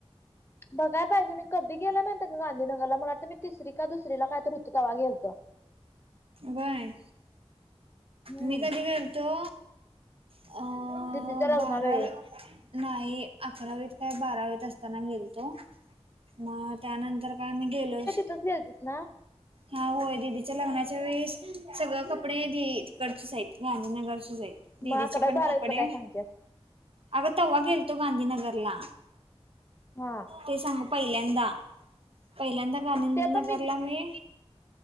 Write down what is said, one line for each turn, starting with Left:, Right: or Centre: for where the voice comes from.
Left: बघाय पाहिजे मी कधी गेलं माहिते का गांधी नगरला मला वाटतंय मी तिसरी का दुसरीला कायतर होते तेव्हा गेलेतो.
Right: बय
Left: हम्म
Right: मी कधी गेलतो? अ
Left: दिदीच्या लग्नाला
Right: बारावी
Left: ये.
Right: नाही अकरावीत काय बारावीत असताना गेलतो. म त्यानंतर काय मी गेलोच
Left: कसी गेलतीस ना
Right: हा होय दिदीच्या लग्नाच्या वेळेस सगळं कपडे ती तिकडचच आहेत गांधीनगरचीच आहेत. दीदीचे
Left: मग अकरावी
Right: पण
Left: बारावीतलं
Right: कपडे
Left: काय सांगतेस
Right: अगं तेव्हा गेलतो गांधीनगरला.
Left: हा
Right: ते सांग पहिल्यांदा पहिल्यांदा गांधीनगरला
Left: ते पण
Right: मी